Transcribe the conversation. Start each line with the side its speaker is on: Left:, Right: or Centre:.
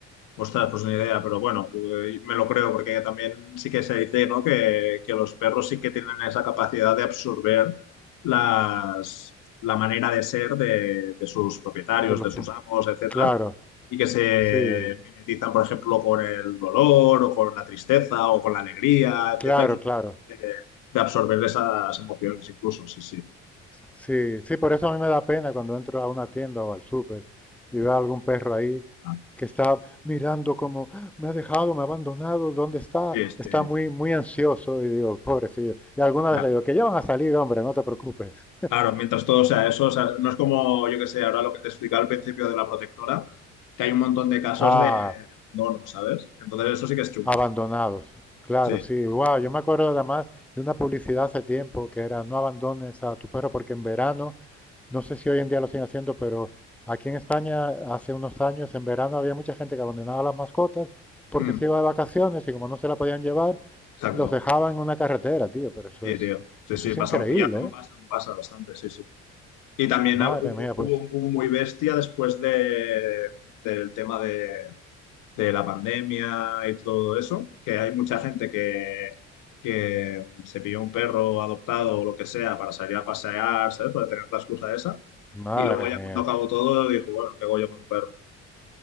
Left: Ostras, pues ni idea, pero bueno, eh, me lo creo porque también sí que se dice, ¿no? Que, que los perros sí que tienen esa capacidad de absorber las, la manera de ser de, de sus propietarios,
Centre: de los
Left: de sus
Centre: hum-
Left: amos, etcétera,
Centre: Claro,
Left: y que se
Centre: sí,
Left: mimetizan, por ejemplo, con el dolor o con la tristeza o con la alegría, etcétera,
Centre: claro,
Left: que son
Centre: claro.
Left: capaces de, de absorber esas emociones incluso, sí, sí.
Centre: Sí, sí, por eso a mí me da pena cuando entro a una tienda o al súper y veo a algún perro ahí
Left: Ah,
Centre: que está mirando como, "Ah, me ha dejado, me ha abandonado, ¿dónde está?
Left: sí, este,
Centre: Está muy, muy ansioso y digo, pobrecillo. Y alguna
Left: ya.
Centre: vez le digo, que ya van a salir, hombre, no te preocupes.
Left: Claro, mientras todo sea eso, o sea, no es como, yo que sé, ahora lo que te explicaba al principio de la protectora, que hay un montón de casos
Centre: Ah,
Left: de, de abandono, ¿sabes? Entonces eso sí que es chungo.
Centre: Abandonados. Claro,
Left: Sí,
Centre: sí, wow, yo me acuerdo además de una publicidad hace tiempo que era no abandones a tu perro porque en verano, no sé si hoy en día lo siguen haciendo, pero aquí en España hace unos años en verano había mucha gente que abandonaba a las mascotas porque
Left: Mm,
Centre: se iba de vacaciones y como no se la podían llevar,
Left: exacto.
Centre: los dejaban en una carretera, tío, pero eso
Left: Sí,
Centre: es,
Left: tío. Sí,
Centre: eso
Left: sí,
Centre: es
Left: pasa,
Centre: increíble,
Left: un- y aún
Centre: ¿eh?
Left: pasa, aún pasa bastante, sí, sí. Y también
Centre: Madre
Left: ha- hubo,
Centre: mía, pues,
Left: hubo un boom muy bestia después de, del tema de, de la pandemia y todo eso, que hay mucha gente que, que se pilló un perro adoptado o lo que sea para salir a pasear, ¿sabes? Para tener la excusa esa.
Centre: madre
Left: Y luego ya
Centre: mía.
Left: cuando acabó todo, dijo, bueno, ¿qué hago yo con un perro?